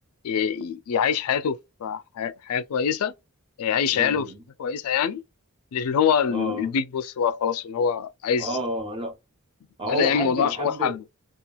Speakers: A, on the left; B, on the right.
A: ي- يعيش حياته في ح- حياه كويسه آه، يعيش
B: أمم.
A: عياله في حياه كويسه يعني اللي هو ال-
B: اه
A: البيج بوس هو خلاص ان هو عايز
B: اه لأ
A: بدأ
B: هو
A: يعمل
B: حب
A: الموضوع
B: اللي
A: عشان
B: حب
A: هو حبه